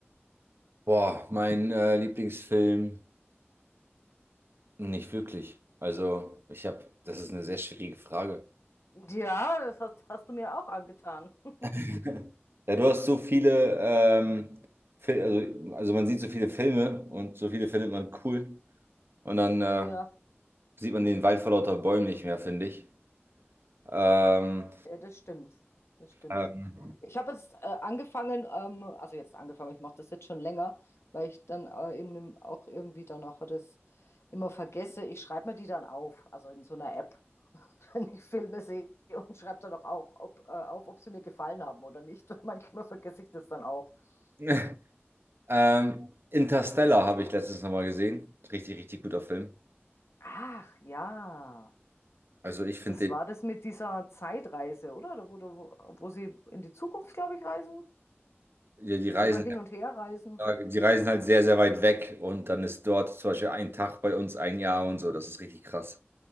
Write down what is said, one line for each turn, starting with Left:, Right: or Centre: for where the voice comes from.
Right: Boah, mein äh, Lieblingsfilm? Nicht wirklich. Also, ich habe, das ist eine sehr schwierige Frage.
Left: Ja, das hast, hast du mir auch angetan. <laughs>
Right: <laughs> Ja, du hast so viele, ähm, Fil also, also man sieht so viele Filme und so viele findet man cool. Und dann äh,
Left: Ja.
Right: sieht man den Wald vor lauter Bäumen nicht mehr, finde ich. Ähm,
Left: Ja, das stimmt. Das stimmt.
Right: ähm,
Left: Ich habe jetzt äh, angefangen, ähm, also jetzt angefangen, ich mache das jetzt schon länger, weil ich dann äh, eben im- auch irgendwie danach das immer vergesse. Ich schreibe mir die dann auf, also in so einer App, <laughs> wenn ich Filme sehe und schreibe dann auch, auch ob, äh, auf, ob sie mir gefallen haben oder nicht. <laughs> Manchmal vergesse ich das dann auch. <laughs>
Right: <laughs> ähm, Interstellar habe ich letztens nochmal gesehen. Richtig, richtig guter Film.
Left: Ach ja,
Right: Also ich finde
Left: das war
Right: den,
Left: das mit dieser Zeitreise, oder? Da Wo, du, wo sie in die Zukunft, glaube ich, reisen
Right: ja, die Reisen
Left: oder hin und her reisen.
Right: Ja, Die reisen halt sehr, sehr weit weg und dann ist dort zum Beispiel ein Tag bei uns ein Jahr und so. Das ist richtig krass.